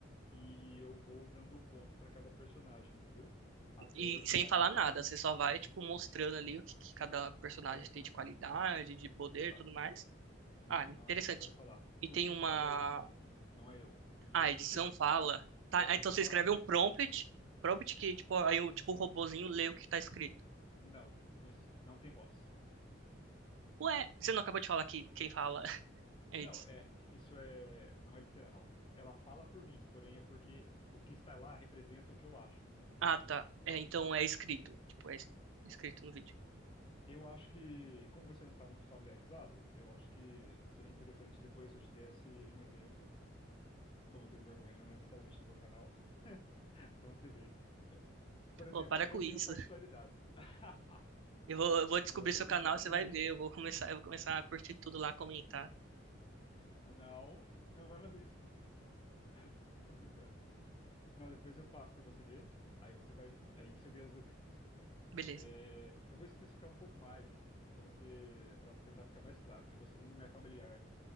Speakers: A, on the left (about 25°); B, on the right (about 80°).
A: e eu vou dando um ponto para cada personagem, entendeu? Até
B: e
A: eu chegar
B: sem falar
A: numa
B: nada,
A: conclusão.
B: você só vai, tipo, mostrando ali o que, que cada personagem
A: É,
B: tem
A: não,
B: de qualidade, de poder
A: exato.
B: e tudo mais.
A: Eu
B: Ah,
A: não,
B: interessante.
A: não é necessário falar.
B: E
A: O
B: tem
A: que
B: uma...
A: fala é a edição, não é eu, não sou
B: Ah, a
A: eu.
B: edição
A: <laughs>
B: fala... Tá,
A: É,
B: ah,
A: a
B: então
A: edição
B: você
A: fala
B: escreve
A: por mim.
B: um prompt, prompt que, tipo, aí o, tipo, um robozinho lê o que tá escrito.
A: Não, não, es- não tem voz.
B: Ué, você não acabou de falar que quem fala <laughs> é.
A: Não,
B: eles?
A: é, isso é, não é literal. Ela fala por mim, porém é porque o que está lá representa o que eu acho, entendeu?
B: Ah, tá. É, então é escrito. Tipo, é es- é escrito no vídeo.
A: Eu acho que, como você não está muito familiarizado, eu acho que seria interessante depois se eu te desse um exemplo, como eu tenho vergonha, não necessariamente do meu canal, <laughs> para você ver. Por exemplo,
B: Ô, para
A: eu
B: com
A: tenho
B: isso.
A: particularidades.
B: <laughs>
A: <laughs>
B: Eu vou, eu vou descobrir
A: Não, tô
B: seu
A: brincando,
B: canal, você
A: beleza.
B: vai ver. Eu vou começar, eu vou começar a curtir tudo lá, comentar.
A: Não, não vai fazer isso. <laughs> Não, tô brincando. Não, depois eu faço para você ver, aí você vai, aí você vê os exemplos.
B: Beleza.
A: É, eu vou especificar um pouco mais para você, para tentar ficar mais claro, porque você não é familiar.